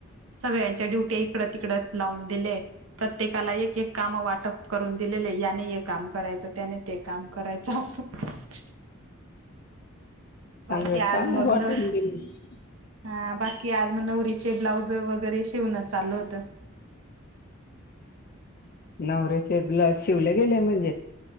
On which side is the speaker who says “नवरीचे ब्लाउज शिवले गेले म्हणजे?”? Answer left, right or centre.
Left